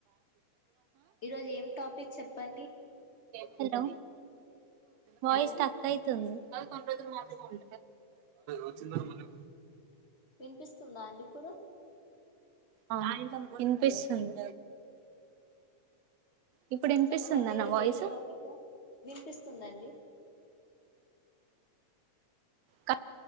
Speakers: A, on the left; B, on the right.
A: ఈరోజు ఏం టాపిక్ చెప్పండి
B: హలో వాయిస్
A: హలో
B: స్టక్ అయితుంది అ కొన్నీ రోజులు మాత్రమే ఉంటుంది
A: వినిపిస్తూ సందా అండి ఇప్పుడు
B: ఆ వినిపిస్తుంది ఇప్పుడు వినిపిస్తుందా
A: చెప్పండి ఈరోజు
B: నా వాయిస్
A: ఏం టాపిక్ వినిపిస్తుందండి
B: కట్